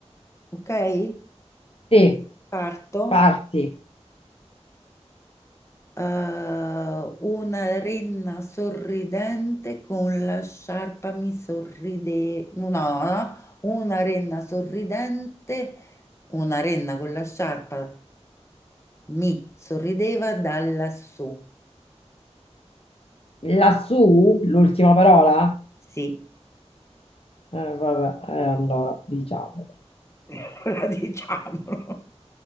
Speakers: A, on the left; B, on the left.
A: ok?
B: Sì,
A: Parto.
B: parti.
A: Eh, una renna sorridente con la sciarpa mi sorride... No, no, no. Una renna sorridente, una renna con la sciarpa mi sorrideva da lassù.
B: Lassù, l'ultima parola?
A: Sì,
B: Eh, vabbè, eh, allora, diciamo.
A: <laughs> ora diciamolo.